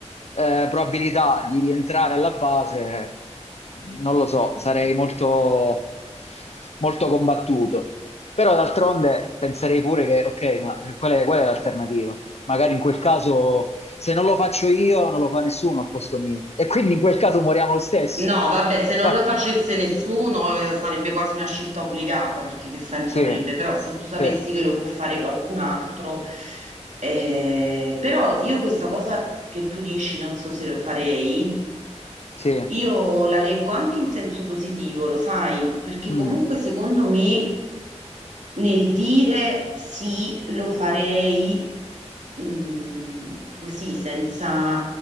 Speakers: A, on the left (about 60°); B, on the right (about 80°).
A: eh, probabilità di rientrare alla base, non lo so, sarei molto, molto combattuto. Però d'altronde penserei pure che, ok, ma qual è, qual è l'alternativa? Magari in quel caso, se non lo faccio io, non lo fa nessuno al posto mio. E quindi in quel caso moriamo lo stesso.
B: No, vabbè, se non
A: <laughs>
B: lo facesse nessuno, eh, sarebbe quasi una scelta obbligata, perché che senso
A: Sì,
B: avrebbe? Però se tu sapessi
A: sì.
B: che lo può fare qualcun altro, eh, però io questa cosa che tu dici, non so se lo farei,
A: Sì,
B: io la leggo anche in senso positivo, lo sai, perché
A: mm,
B: comunque secondo me Nel dire sì, lo farei mm, così, senza,